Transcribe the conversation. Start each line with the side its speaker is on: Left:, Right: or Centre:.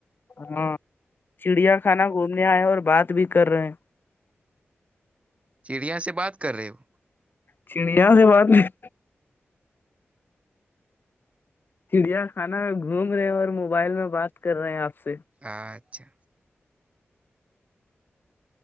Left: ہاں چڑیا خانہ گھومنے آئے اور بات بھی کر رہے ہیں
Right: چڑیا سے بات کر رہے ہو
Left: چڑیا سے بات نہیں چڑیا خانہ میں گھوم رہے ہیں اور موبائل میں بات کر رہے ہیں آپ سے
Right: اچھا